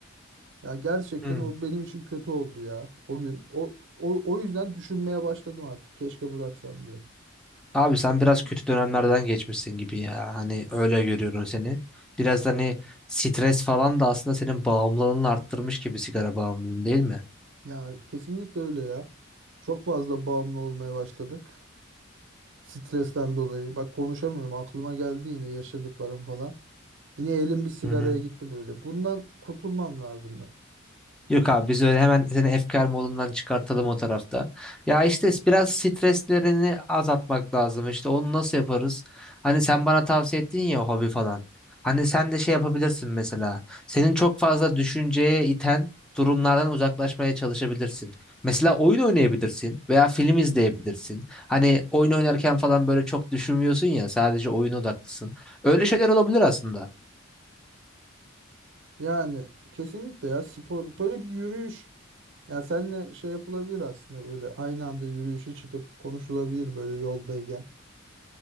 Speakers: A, on the right; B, in the centre.
A: Ya gerçekten
B: Hı
A: o benim için kötü oldu ya. O gün o o, o yüzden düşünmeye başladım artık. Keşke bıraksam diye.
B: Abi sen biraz kötü dönemlerden geçmişsin gibi ya. Hani öyle görüyorum seni. Biraz da hani stres falan da aslında senin bağımlılığını arttırmış gibi sigara bağımlılığın değil mi?
A: Ya kesinlikle öyle ya. Çok fazla bağımlı olmaya başladık. Stresten dolayı. Bak konuşamıyorum. Aklıma geldi yine yaşadıklarım falan. Yine elim bir sigaraya
B: Hı hı.
A: gitti böyle. Bundan kurtulmam lazım ya.
B: Yok abi biz öyle hemen seni efkar modundan çıkartalım o tarafta. Ya işte biraz streslerini azaltmak lazım. İşte onu nasıl yaparız? Hani sen bana tavsiye ettin ya hobi falan. Hani sen de şey yapabilirsin mesela. Senin çok fazla düşünceye iten durumlardan uzaklaşmaya çalışabilirsin. Mesela oyun oynayabilirsin veya film izleyebilirsin. Hani oyun oynarken falan böyle çok düşünmüyorsun ya sadece oyun odaklısın. Öyle şeyler olabilir aslında.
A: Yani kesinlikle ya spor böyle bir yürüyüş Ya senle şey yapılabilir aslında böyle aynı anda yürüyüşe çıkıp konuşulabilir böyle yoldayken.